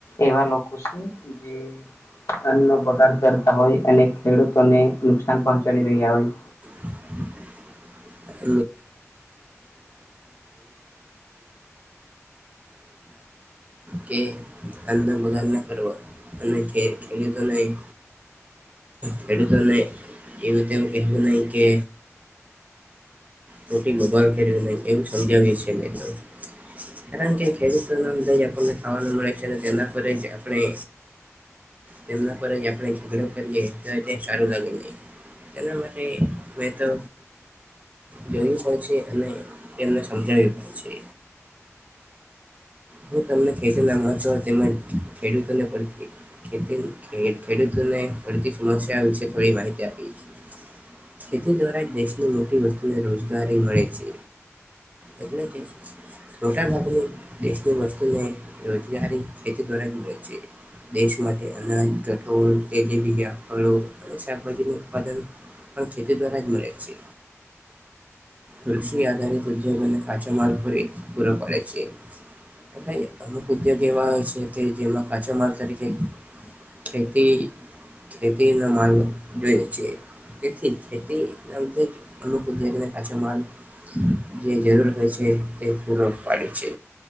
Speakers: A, on the left (about 75°); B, on the right (about 30°).
A: એવા લોકો <inaudible> <unintelligible> બગાડ કરતા હોય અને ખેડૂતોને નુકસાન પહોંચાડી રહ્યા હોય
B: <inaudible> <inaudible> <unintelligible> કે અન બગાર ના કરવા <unintelligible> ખેલી તો નહી ખેડૂતો <unintelligible> ને એવુંતે કહેવું નહી કે મોોટી બબાલ ખેર નહી એવું સમજાવ્યું <inaudible> કારણ કે ખેડૂતોન <inaudible> <inaudible> આપણને ખાવાનું મળે છે અને તેના પર જ આપણે તેમના પર જ આપણે <unintelligible> <inaudible> <inaudible> <unintelligible> એના માટે મેં તો જોયું પણ છે અને એમને સમજાવ્યું પણ છે હું તમને ખેતી ના <unintelligible> તેમજ ખેડૂત <inaudible> ખેડૂતોને પડતી સમસ્યા વિશે થોડી માહિતી આપીએ છે ખેતી દ્વારા દેશની મોટી વસ્તુને રોજગારી મળે છે એટલે કે <unintelligible> દેશની વસ્તીને રોજગારી ખેતી દ્વારા જ મળે છે. દેશ માટે અનાજ, કઠોળ, ખેતીબીજ, ફળો અને શાકભાજીનુ ઉત્પાદન પણ ખેતી દ્વારા જ મળે છે. વૃક્ષી આધારિત ઉદ્યોગને કાચ માલખોરી પૂર પાડ છે <unintelligible> અમુક ઉદ્યોગ એવા છે કે જેમાં કાચો માલ તરીકે ખેતી ખેતી ન માલ જોય છે તેથી ખેતી ના અનુકૂલ છે કાચા માલ જે જરૂર હોય છે તે પૂરરો પાડ છે